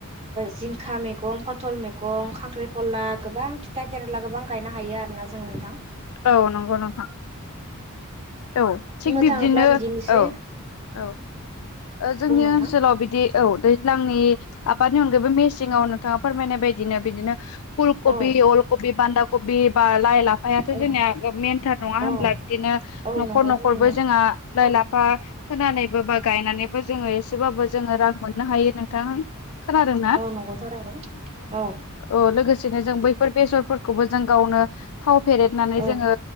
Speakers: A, on the right (about 30°); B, on the left (about 75°).
A: जिंखा मैगं पटल मैगं खांख्रिखला गोबां थिथा केरेला गोबां गायनो हायो। आरो ना जों नोंथां।
B: औ नंगौ नोंथां। औ थिग
A: बुंनो
B: बिब्दिनो
A: थाङोब्ला बिदिनोसै
B: औ औ। जोंनि
A: बुं नोंथां
B: ओनसोलाव बिदि औ दैज्लांनि आबाद निगायैबो मेसिंआव नोंथाङा फोरमायनाय बायदि बिदिनो बिदिनो फुल कबि
A: औ
B: अलकबि बान्दा कबि बा लाइ लाफायाथ'
A: औ
B: जोंनिया मेनथार नङा होनब्ला
A: औ
B: बिदिनो
A: औ
B: न'खर
A: नंगौ
B: न'खरबो
A: थारैनो
B: जोंहा लाइ लाफा फोनानैबो बा गायनानै जोङो एसेबाबो जोङो रां मोननो हायो नोंथां खोना
A: औ नंगौ थारैनो औ
B: औ लोगोसेनो जों बैफोर इसफोरखौबो जों गावनो थाव फेरेदनानै
A: औ
B: जोङो